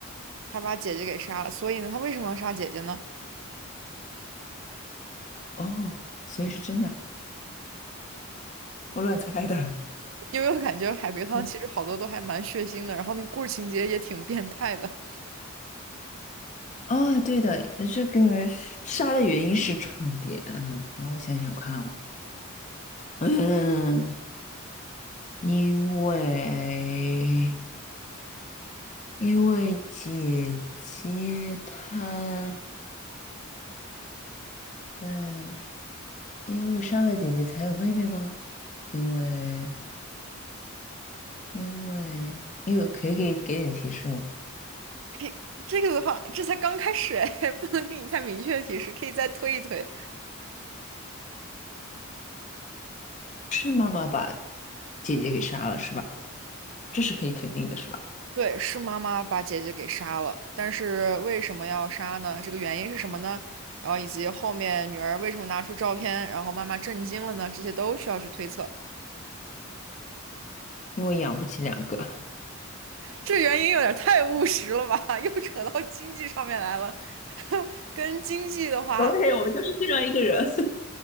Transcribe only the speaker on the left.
哦，所以是真的啊我乱猜的。<laughs>
嗯
哦，对的，这个杀的原因是重点。嗯，然后想想看啊，嗯。因为因为姐姐她，嗯，因为杀了姐姐才有妹妹吗？因为因为因为可以给给点提示吗？
是妈妈把姐姐给杀了是吧？这是可以肯定的是吧？
因为养不起两个。
对，我就是这样一个人，